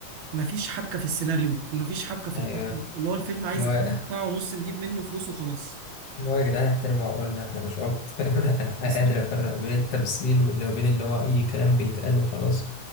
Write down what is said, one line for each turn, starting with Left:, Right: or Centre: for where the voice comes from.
Right: ما فيش حبكه في السيناريو ما فيش حبكه في
Left: ايوه
Right: القصة. اللي هو الفيلم عايز
Left: اللي هو
Right: اتنين ساعه ونص نجيب منه فلوس وخلاص
Left: اللي هو يا جدعان احترموا عقولنا احنا مش عبط <laughs> انا
Right: بالظبط
Left: قادر افرق بين التمثيل واللي بين اللي هو اي كلام بيتقال وخلاص